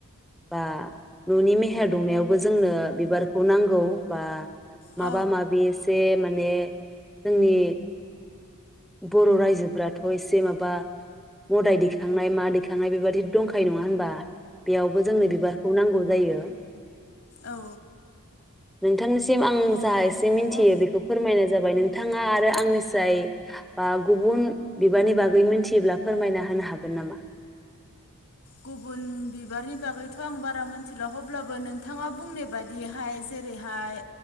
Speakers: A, in the centre; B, on the left.
A: बा न'नि मेहेर दुंनायावबो जोंनो बिबारखौ नांगौ बा माबा
B: औ
A: माबि सेब माने जोंनि बर' रायजोफ्राथ' एसे माबा मदाय दैखांनाय मा दैखांनाय बेबादि दंखायो नङा होनबा? बेयावबो जोंनो बिबारखौ नांगौ जायो। <inaudible>
B: औ।
A: नोंथांनिसिम आं
B: हब
A: जा एसे मिन्थियो
B: हब
A: बेखौ फोरमायनो जाबाय नोंथाङा आरो आंनिसाय बा गुबुन बिबारनि बागै मोन्थियोब्ला फोरमायना होनो हागोन नामा?
B: गुबुन बिबारनि बागैथ' आं बारा मोन्थिला अब्लाबो नोंथाङा बुंनाय बादिहाय जेरैहाय